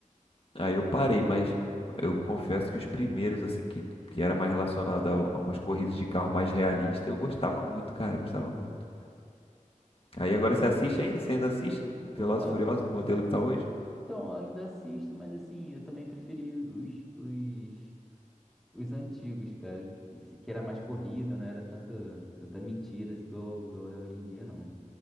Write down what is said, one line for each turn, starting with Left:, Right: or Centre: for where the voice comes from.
Left: Aí eu parei, mas eu confesso que os primeiros, assim, que, que era mais relacionado a, a umas corridas de carro mais realistas, eu gostava muito, cara, eu gostava muito. Aí agora
Centre: Eu também.
Left: você assiste ainda? Você ainda assiste Velozes
Centre: Pô, algo-
Left: e Furiosos do modelo
Centre: al-
Left: que tá hoje?
Centre: Então, eu ainda assisto, mas assim, eu também preferi os, os, os antigos, cara. Que se- que era mais corrida, não era tanto, tanta mentira assim, igual, igual é hoje em dia, não.